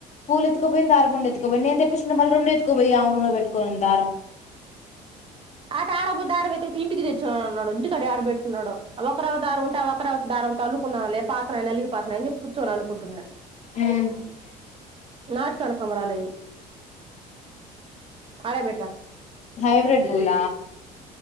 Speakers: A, on the left; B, on the right.
A: పూలేతుకుపోయింది దారపుండ ఎత్తకపోయింది నేను తే చ్చిన మళ్లీ రెండు ఎత్తుకొపోయి ఆమె రూములో పెట్టుకోనింది దారం
B: ఆటాడబుద్ధి ఆడ వెతికితే ఇంటికి తెచ్చినానన్నాడు ఇంటికాడ యాడపెట్టినడో ఒక్క రవ్వ దారం ఉంటే ఆ ఒక రవ్ దారం టల్లుకున్నా లే పాతున్నయ్ నలిగిపాతున్నాయ్ అని చెప్పి కూర్చొని అల్లుకుంటున్న
A: మ్మ్
B: నాటు కనకంరాలయి ఆడే బెట్రా
A: హైబ్రిడ్ పూల